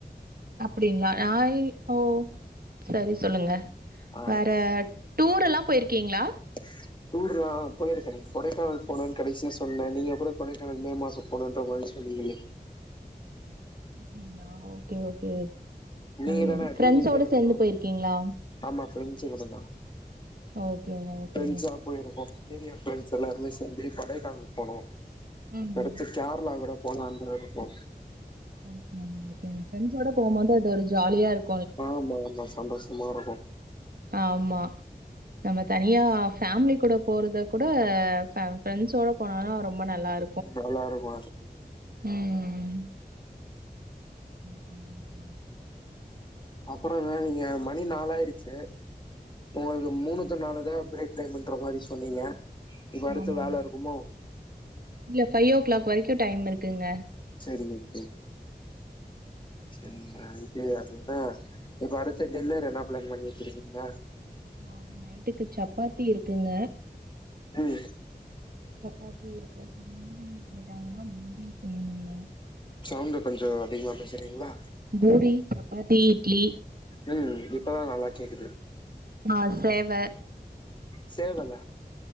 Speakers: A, on the right; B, on the left.
A: அப்டிங்களா நா ஏ ஓ சரி சொல்லுங்க
B: ஆ
A: வேற டூர் எல்லா போயிருக்கீங்களா
B: <inaudible> டூர் எல்லா போயிருக்கேனே கொடைக்கானல் போனேன்னு கடைசியா சொன்னனே நீங்க கூட கொடைக்கானல் மே மாசோ போனம்ன்ற மாரி சொன்னீங்களே
A: அப்டிங்களா ஓகே ஓகே
B: நீங்க
A: ம்
B: தானே அது
A: ஃபிரெண்ட்ஸ்
B: நீங்க
A: ஓட
B: இல்லையோ
A: சேர்ந்து போயிருக்கீங்களா
B: ஆமா ஃப்ரெண்ட்ஸ் கூட தா
A: ஓகேங்க ஓகேங்க
B: ஃப்ரெண்ட்ஸா போயிருக்கோ ஏரியா ஃப்ரெண்ட்ஸ் எல்லாருமே சேர்ந்து கொடைக்கானல் போனோ
A: ம்
B: அடுத்து கேரளா கூட போலானு இருக்கோ
A: ஓகேங்க ஓகேங்க ப்ரெண்ட்ஸ்ஸோட போம்போது அது ஒரு ஜாலியா இருக்
B: ஆமா ஆமா சந்தோஷமா இருக்கு
A: ஆமா நம்ம தனியா ஃபேமிலி கூட போறத கூட ப்ரெண்ட்ஸோட போனாதா ரொம்ப நல்லா இரு
B: நல்லா <unintelligible>
A: ம் <inaudible>
B: அப்றோ என்ன நீங்க மணி நாலாயிடுச்சு உங்களுக்கு மூணு டு நாலுதா பிரேக் டைம்முன்ற மாரி சொன்னீங்க இப்ப அடுத்து
A: ஆமாங்க
B: வேல இருக்குமோ
A: இல்ல ஃபை ஓ கிளாக் வரைக்கு டைம் இருக்குங்க
B: சேரிங்க ஓகே செரிங்க இது அதுன்னா இப்ப அடுத்த டின்னர் என்ன பிளான் பண்ணி வச்சிருக்கீங்க
A: மாவு நைட்டுக்கு சப்பாத்தி இருக்குங்க
B: ம்
A: சப்பாத்தி இருக்கு பூரி கேட்டாங்கன்னா பூரி செய்யணுங்க
B: சவுண்ட்டு கொஞ்சோ அதிகமா பேசுறீங்களா
A: பூரி சப்பாத்தி இட்லி
B: ம் இப்பதா நல்லா கேக்குது
A: மா சேவ
B: சேவல்ல